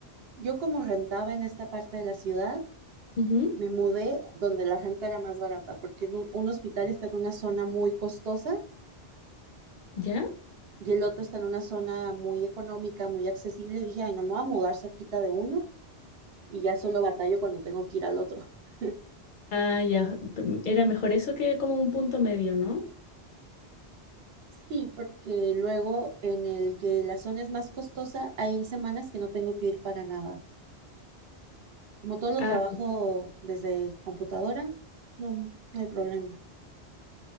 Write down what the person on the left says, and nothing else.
Ujú,
¿Ya?
Ah, ya. P- Era mejor eso que como un punto medio, ¿no?
Ah,